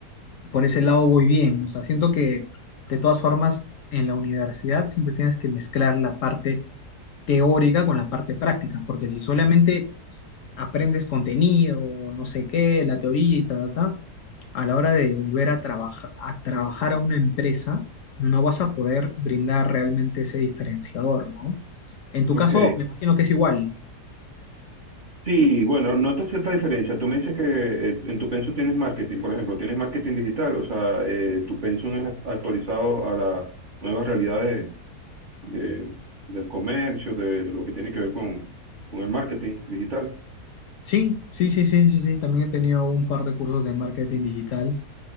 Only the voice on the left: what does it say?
por ese lado voy bien. O sea, siento que de todas formas en la universidad siempre tienes que mezclar la parte teórica con la parte práctica, porque si solamente aprendes contenido, no sé qué, la teoría y ta, ta, ta, a la hora de volver a, trabaja- a trabajar a una empresa, no vas a poder brindar realmente ese diferenciador, ¿no? En tu
caso, me imagino que es igual.
Sí, sí, sí, sí, sí, sí. También he tenido un par de cursos de marketing digital.